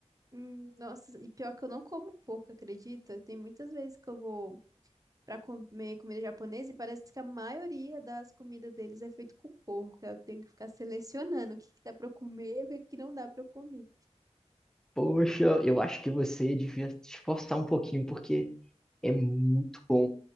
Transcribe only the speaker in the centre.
Poxa, eu acho que você devia se esforçar um pouquinho porque é muito bom.